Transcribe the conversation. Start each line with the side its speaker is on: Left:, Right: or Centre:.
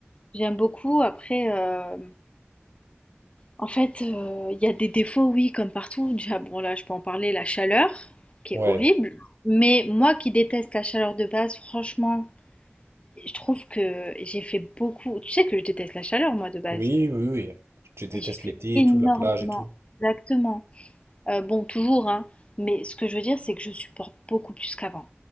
Left: J'aime beaucoup. Après, euh, En fait, heu, il y a des défauts, oui, comme partout. Déjà, bon, là, je peux en parler, la chaleur, qui
Right: Ouais.
Left: est horrible. Mais moi qui déteste la chaleur de base, franchement, je trouve que j'ai fait beaucoup tu sais que je déteste la chaleur, moi, de base.
Right: Oui, oui, oui. Tu détestes
Left: Et j'ai fait
Right: l'été
Left: énormément
Right: et tout, la plage et tout.
Left: exactement. Heu, bon, toujours, hein, mais ce que je veux dire, c'est que je supporte beaucoup plus qu'avant.